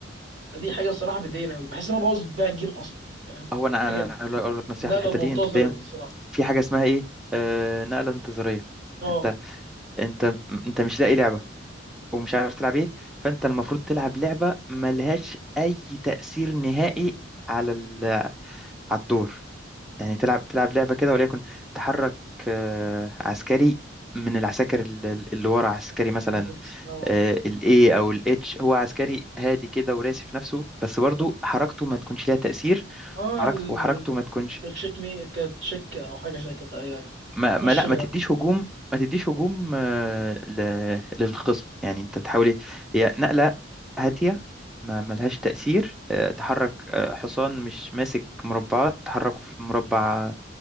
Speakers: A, on the right; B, in the centre.
A: فدي حاجه الصراحه بتضايقني قوي بحس ان انا بوظ بيها الجيم اصلا فاهم
B: هو انا
A: حاجه
B: انا أقول لك أقول لك نصيحه
A: النقله
B: في الحته
A: المنتظره
B: دي انت دايما
A: دي الصراحه
B: في حاجه اسمها ايه آه نقله انتظاريه
A: اه
B: انت انت انت مش لاقي لعبه ومش عارف تلعب ايه فانت المفروض تلعب لعبه ملهاش اي تاثير نهائي على ال... على الدور يعني تلعب تلعب لعبه كده وليكن تحرك آه عسكري من العساكر اللي اللي ورا عسكري مثلا
A: بالظبط اه
B: الاي او الاتش هو عسكري هادي كده وراسي في نفسه بس برضو حركته ما تكونش ليها تأثير
A: اه
B: وحركت-
A: ال-
B: وحركته ما تكونش
A: كانت تشيك مي كانت تشيك او حاجه زي كده ايوه ايوه
B: ما, ما
A: مش
B: لا ما تديش هجوم ما تديش هجوم آه، ل- للخصم يعني انت تحاول إيه؟ هي نقلة هادية ما ملهاش تأثير آه، تحرك آه، حصان مش ماسك مربعات تحركه في مربع